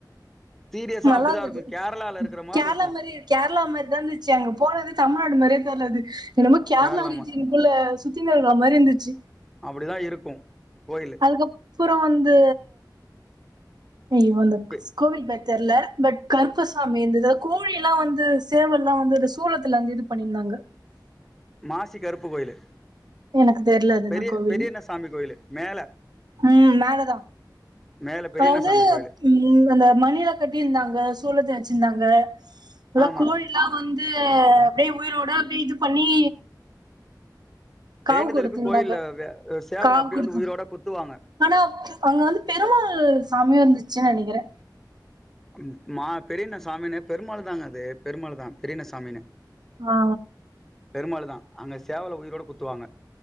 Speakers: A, in the centre; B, on the right (about 65°).
A: சீரியஸா
B: நல்லா
A: அப்டிதா
B: இருந்தது
A: இருக்கு கேரளால இருக்கிற
B: கேரளா
A: இருக்கு
B: மாரி கேரளா மாரி தா இருந்துச்சு அங்க போனது தமிழ்நாடு மாரியே தெர்லது என்னமோ கேர்ளா
A: கேரளாம
B: ரீஜின்குள்ள சுத்தினுருக்குற மாரி இருந்துச்சு
A: அப்படிதா இருக்கு கோயிலு
B: அதுக்கப் அப்புறொ வந்து அய் இவந்து
A: பெ
B: ஸ்கூவில் பாக் தெர்ல பட் கருப்பசாமி இருந்துது கோழி எல்லா வந்து சேவல்லா வந்து ஒரு சூளத்துல வந்து இது பண்ணிருந்தாங்க
A: மாசி கருப்பு கோயிலு
B: எனக்கு தெர்ல அதுன்னா
A: பெரிய
B: கோவில்னு
A: பெரியண்ண சாமி கோயிலு மேல
B: ம் மேலதா
A: மேல பெரியண்ண
B: அதாவது
A: சாமி கோயிலு
B: ம் அந்த மணிலா கட்டிருந்தாங்க சூலத்த எடுத் ச்சிருந்தாங்க எல்லா
A: ஆமா
B: கோழில்லா வந்து அப்டே உயிரோட இது பண்ணி காவு
A: வேண்டுதலுக்கு
B: குடுத்துருந்தாங்க
A: கோயில்ல சேவல்
B: காவு
A: அப்டியே
B: குடுத்து
A: வந்து உயிரோட குத்துவாங்க
B: ஆனா அங்க வந்து பெருமாள் சாமியு இருந்துச் ச்ச நெனைக்கறே
A: ம் மா பெரியன்ன சாமின்னு பெருமாள் தாங்க அது பெருமாள் தா பெரியன்ன சாமின்னு
B: ஆ
A: பெருமாளுதா அங்க சேவலு உயிரோட குத்துவாங்க